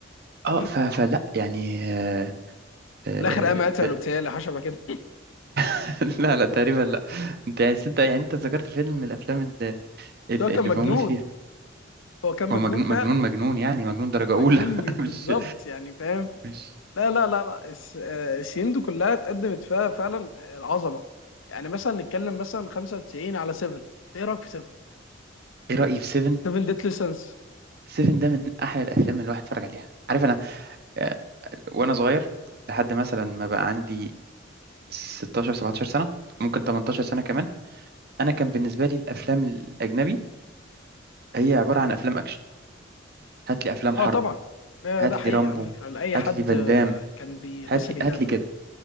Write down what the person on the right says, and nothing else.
اه
ف... فلا يعني آه، آه،
<laughs> لا لا تقريبا لا انت يعني انت يعني انت ذكرت فيلم من الافلام اللي, اللي
اللي
بموت فيها
هو مجنون
مجنون مجنون يعني مجنون درجة
أولى <laughs>
مش
مش
ايه رأيي في سيفن
سيفن ده من احلى الافلام اللي الواحد اتفرج عليها عارف انا آه، وانا صغير لحد مثلا ما بقى عندي 16 17 سنة ممكن 18 سنة كمان انا كان بالنسبة لي الافلام الاجنبي هي عبارة عن افلام اكشن هات لي افلام
حرب
هات
لي رامبو
هات
لي فان
دام
هات لي
هات لي كده